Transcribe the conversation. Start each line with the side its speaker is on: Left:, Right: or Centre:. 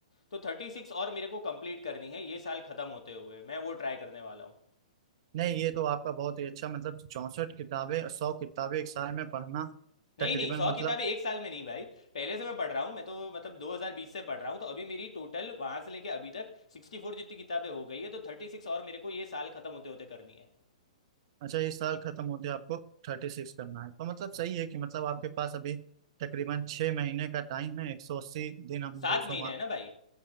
Left: तो थर्टी सिक्स और मेरे को कंप्लीट करनी है ये साल खत्म होते हुए मैं वो ट्राई करने वाला हूँ
Right: नहीं ये तो आपका बहुत ही अच्छा मतलब चौसठ किताबें सौ किताबें एक साल में पढ़ना
Left: नहीं
Right: तकरीबन
Left: नहीं सौ
Right: मतलब
Left: किताबें एक साल में नहीं भाई पहले से मैं पढ़ रहा हूँ मैं तो मतलब 2020 से पढ़ रहा हूँ तो अभी मेरी टोटल वहां से लेके अभी तक 64 जितनी किताबें हो गई है तो 36 और मेरे को ये साल खत्म होते होते करनी है
Right: अच्छा ये साल खत्म होते आपको थर्टी सिक्स करना है तो मतलब
Left: हाँ
Right: सही है कि मतलब आपके पास अभी तकरीबन छः महीने का टाइम है एक सौ अस्सी दिन हम
Left: सात
Right: दो सौ
Left: महीने है ना भाई